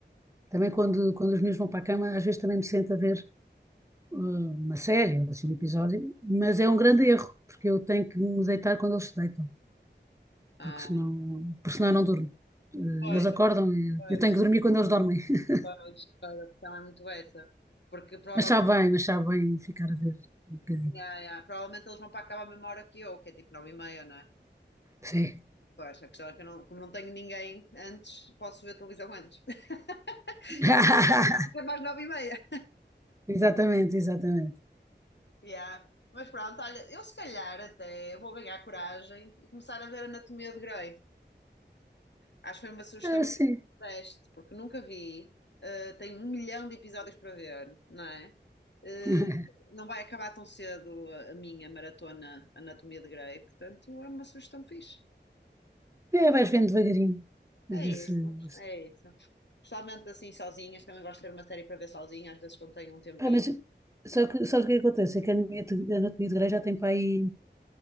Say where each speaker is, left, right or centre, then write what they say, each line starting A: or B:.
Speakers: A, on the right; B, on the left.
A: também quando, quando os meus vão para a cama, às vezes também me sento a ver eh, uma série, ou assim, um episódio, mas é um grande erro, porque eu tenho que me deitar quando eles se deitam,
B: Ah,
A: porque senão, porque senão eu não durmo. Eh,
B: pois,
A: Eles acordam e
B: pois,
A: eu tenho que dormir quando eles dormem. <laughs>
B: pois, pois, a questão é muito essa. Porque provavelmente,
A: Mas sabe bem, mas sabe bem ficar a ver um bocadinho.
B: yeah, yeah, provavelmente eles vão para acabar a cama à mesma hora que eu, que é tipo nove e meia, não é?
A: Sim.
B: Pois, a questão é que eu não, como não tenho ninguém antes, posso ver televisão antes. <laughs>
A: <laughs>
B: E vou fazer mais nove e meia.
A: Exatamente, exatamente.
B: Yeah. Mas pronto, olha, eu se calhar até vou ganhar coragem e começar a ver Anatomia de Grey. Acho que foi uma sugestão
A: Ah,
B: que
A: sim.
B: me deste, porque nunca vi. Uh, tenho um milhão de episódios para ver, não é? Uh,
A: <laughs>
B: não vai acabar tão cedo a, a minha maratona Anatomia de Grey, portanto é uma sugestão fixe.
A: E aí vais vendo devagarinho.
B: É
A: A ver se.
B: isso,
A: se-
B: é isso. Principalmente assim sozinhas, também gosto de ver uma série para ver sozinha, às vezes quando tenho um tempinho.
A: Pá, mas só que, sabes o que é que acontece? É que a anatomia de, a anatomia de Grey já tem para aí.